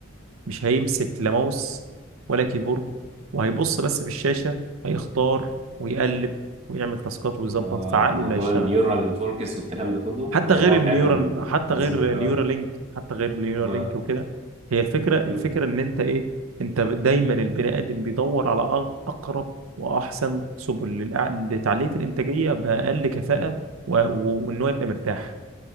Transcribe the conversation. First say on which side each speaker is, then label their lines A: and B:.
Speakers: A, on the right (about 85°); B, on the right (about 30°).
A: مش هيمسك لا ماوس ولا كيبورد وهيبص بس في الشاشه هيختار ويقلب ويعمل تاسكات ويظبط
B: آه
A: فعقله
B: موضوع
A: اللي هيشتغل
B: النيورال نتوركس والكلام ده كله
A: حتى
B: موضوع
A: غير النيورال
B: فعلا
A: حتى
B: فظيع
A: غير
B: آه
A: نيورالينك حتى غير نيورالينك
B: آه
A: وكده هي الفكره الفكره
B: مم.
A: ان انت ايه انت ب- دايما البني ادم بيدور على أق- اقرب واحسن سبل للأع- لتعليه الانتاجيه باقل كفاءه و- و- وان هو يبقى مرتاح